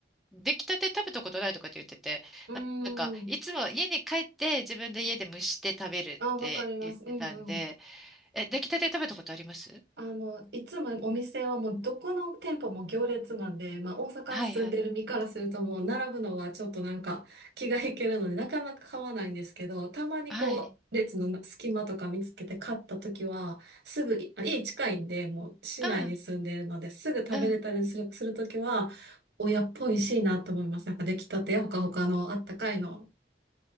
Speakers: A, in the centre; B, on the right.
A: 出来たて食べたことないとかって言ってて、
B: うー
A: ななんか、
B: ん。
A: いつも家に帰って自分で家で蒸して食べるって言ってたんで、
B: あ、わかります。うん
A: え、出来たて食べたことあります
B: あの、いつもお店はもうどこの店舗も行列なんで、まあ大阪住んでる身からするともう並ぶのはちょっとなんか気が引けるのでなかなか買わないんですけど、
A: はいはい。
B: たまにこう列の隙間とか見つけて買った時はすぐい、
A: はい。
B: い家近いんでもう市内に住んでるのですぐ食べれたりする、
A: うん、うん。
B: する時は親っぽいしいなと思います。なんか出来たてやほかほかのあったかいの。